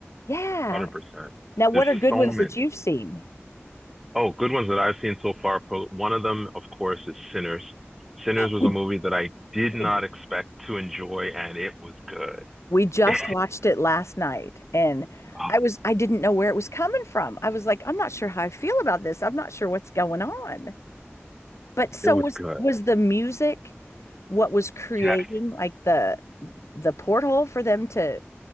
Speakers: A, on the left; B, in the centre.
A: yeah.
B: Hundred percent.
A: Now, what
B: There's
A: are good
B: so
A: ones
B: many.
A: that you've seen?
B: Oh, good ones that I've seen so far. Pro- One of them, of course, is Sinners. Sinners was
A: We,
B: a movie that I did
A: we
B: not expect to enjoy, and it was good.
A: We just
B: <laughs>
A: watched it last night and
B: Oh,
A: I was I didn't know where it was coming from. I was like, I'm not sure how I feel about this. I'm not sure what's going on. But so
B: it was
A: was
B: good.
A: was the music what was creating
B: Yes.
A: like the the porthole for them to